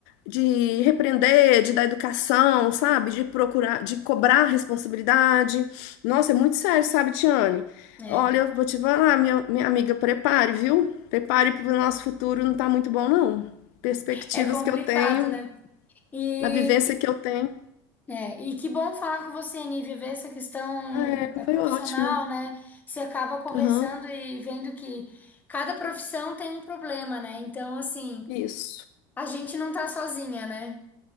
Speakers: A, on the left; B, on the left.
A: de repreender, de dar educação, sabe? De procurar, de cobrar responsabilidade. Nossa, é muito sério, sabe, Tiane?
B: é.
A: Olha, eu vou te falar, minha, minha amiga, prepare, viu? Prepare para o nosso futuro, não está muito bom, não. Perspectivas
B: É complicado,
A: que eu tenho,
B: né? E,
A: da vivência que eu tenho,
B: é, e que bom falar com você, Nívia, ver essa questão
A: é,
B: é profissional,
A: foi ótimo.
B: né? Você acaba conversando
A: Aham,
B: e vendo que cada profissão tem um problema, né? Então, assim,
A: isso.
B: a gente não tá sozinha, né?